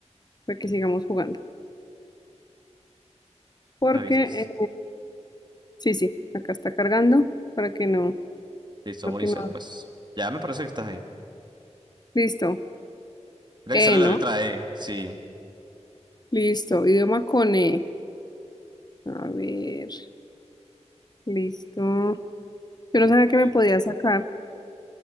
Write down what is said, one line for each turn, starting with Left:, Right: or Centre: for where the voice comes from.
Left: para que sigamos jugando. Porque,
Right: Me avisas.
Left: eh, sí, sí, acá está cargando para que no,
Right: Listo,
Left: no
Right: vamos
Left: que
Right: a iniciar,
Left: no.
Right: pues. Ya me parece que estás ahí.
Left: Listo.
Right: Mira
Left: E,
Right: que sale la
Left: ¿no?
Right: letra E, sí.
Left: Listo. Idioma con E. A ver, listo. Yo no
Right: Ok.
Left: sabía que me podía sacar.